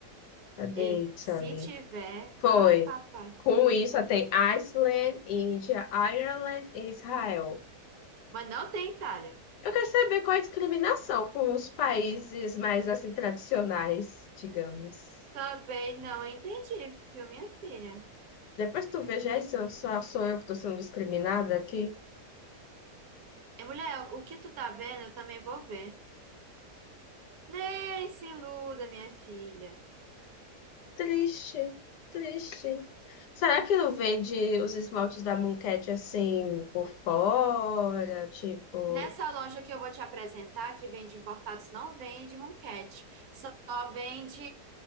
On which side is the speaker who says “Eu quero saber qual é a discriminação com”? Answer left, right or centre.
Left